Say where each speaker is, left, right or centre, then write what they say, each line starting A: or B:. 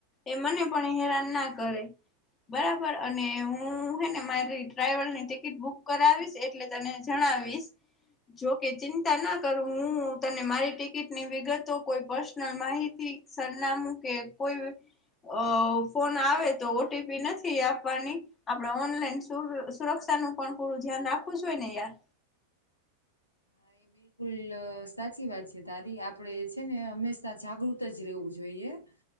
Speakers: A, on the left; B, on the left.
A: એ મને પણ ઈ હેરાન ના કરે બરાબર અને હું હે ને મારી ટ્રાઈવલ ની ટિકિટ બુક કરાવીશ એટલે તને જણાવ વીસ જો કે ચિંતા ન કરું હું તને મારી ટિકિટની વિગતો કોઈ પર્સનલ માહિતી સરનામું કે કોઈ અ ફોન આવે તો ઓ ટી પી નથી આપવાની આપણે ઓનલાઈન સુ સુરક્ષ ક્ષાનું પણ પૂરું ધ્યાન રાખવું જોઈએ ને યાર
B: હા એ બિલકુલ સાચી વાત છે તાારી આપડે છે ને હંમેશા જાગૃત જ રહેવું જોઈએ એ